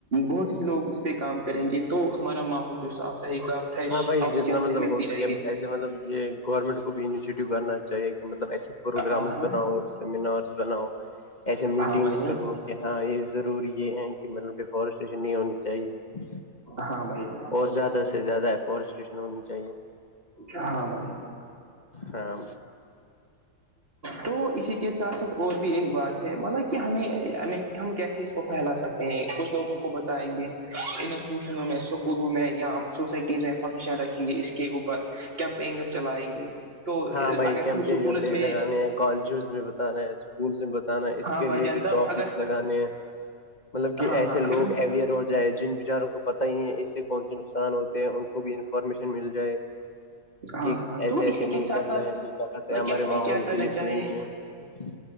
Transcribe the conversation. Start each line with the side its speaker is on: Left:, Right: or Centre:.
Right: بہت ہی لوگ اس پہ کام کریں گے تو ہمارا ماحول جو صاف رہے گا فریش
Left: ہاں بھائی
Right: آکسیجن
Left: جتنا مطلب
Right: ملتی
Left: ہو
Right: رہے
Left: سکے
Right: گی
Left: ایسے مطلب یہ گورنمنٹ کو بھی انیشیٹو کرنا چاہیے کہ مطلب ایسے پروگرامس
Right: ہاں ہاں
Left: بناؤ سیمینار بناؤ ایسے میٹنگس
Right: ہاں بھیا
Left: رگو- کہ ہاں یہ ضروری یہ ہے کہ مطلب ڈیفارسٹیشن نہیں ہونی چاہیے-
Right: ہاں بائی ج-
Left: اور زیادہ سے زیادہ ہے فورسٹریشن ہونی چاہیے-
Right: ہاں بھائی-
Left: ہاں
Right: تو اسی کے ساتھ ساتھ اور بھی ایک بات ہے مطلب کہ ہمیں ہمیں ہم کیسے اس پھیلا سکتے ہیں کچھ لوگوں کو بتائیں گے- ٹیوشنوں میں اسکولوں میں یا سوسائٹیز میں فنکشن رکھیں گے اس کے اوپر کیمپینگ چلائیں گے تو
Left: ہاں بھائی
Right: اگر
Left: کیمپ
Right: ہم سکولس
Left: ومپ
Right: میں
Left: لگانے ہیں کالجز میں بتانے ہے اسکول میں بتانا اس
Right: ہاں
Left: کے
Right: بھائی
Left: ریلیٹڈ
Right: جانتا
Left: ٹاپکس
Right: ہوں اگر
Left: لگانے ہیں مطلب کہ
Right: ہاں
Left: ایسے
Right: ہاں
Left: لوگ
Right: اگر ہم
Left: اویئر ہو جائے جن بچاروں کو پتا ہی ہے اس سے کون سے نقسان ہوتے ہیں ان کو بھی انفارمیشن مل جائے
Right: ہاں
Left: کہ
Right: ہاں
Left: ایسے
Right: تو
Left: ایسے
Right: اسی کے
Left: نہیں
Right: ساتھ
Left: کرنا
Right: ساتھ
Left: ہے یہ غلط ہے ہمارے
Right: کیا ہمیں
Left: ماحول
Right: کیا کرنا
Left: کے لیے
Right: چاہیے
Left: صحیح نہیں ہے